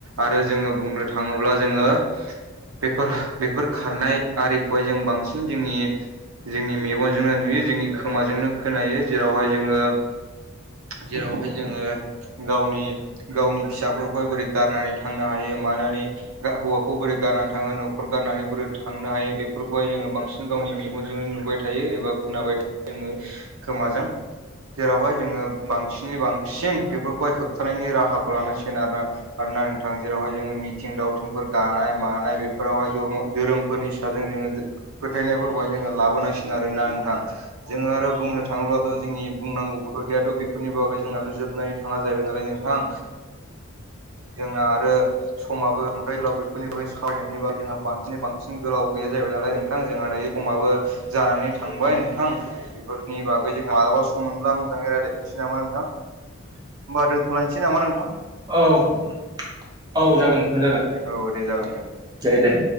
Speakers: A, on the right; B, on the right.
A: आरो जोङो बुंनो थाङोब्ला जोङो बेफोर बेफोर खारनाय आरिखौहाय जों बांसिन जोंनि जोंनि मेगनजोंनो नुयो जोंनि खोमाजोंनो खोनायो जेरावहाय जोङो जेरावहाय जोङो गावनि गावनि फिसाफोरखौहाय बोरै गारनानै थांनो हायो मानानै हौवाखौ बोरै गारनानै थाङो न'खर गारनानै बोरै थांनो हायो बेफोरखौहाय जोङो बांसिन गावनि मेगनजोंनो नुबाय थायो एबा खोनाबाय थायो जोङो खोमाजों। जेरावहाय जोङो बांसिनै बांसिन बेफोरखौहाय होबथानायनि राहाखौ लानांसिगोन आरोना। आरो ना नोंथां जेरावहाय जोङो मिथिं दावथिंफोर गानाय मानाय आरो बेवहाय धोरोमफोरनि साजों जों फोथायनाय जों लाबोनांसिगौ। आरोना नोंथां जोङो आरो बुंनो थाङोब्लाथ' जोंनि बुंनांगौखौ दायाथ' बेफोरनि बागै जोंनाथ' जोबनानै थाङा जाहैबाय नालाय नोंथां। जोंना आरो समाबो बांद्राय गोलाव बेफोरनि बागै सावरायनायनि बागै जोंहा बांसिनै बांसिन गोलाव गैया जाहै नालाय नोंथां जोंहा दायो। समाबो जानानै थांबाय नोंथां। बेफोरनि बागै जों मालाबा सम मोनब्ला मोजाङै रायलायफिनसै नामा नोंथां? होनोमबा दोनथ'लायनोसै नामा नोंथां?
B: औ औ जागोन नोंथां जागोन
A: औ दे जागोन दे।
B: दे दे।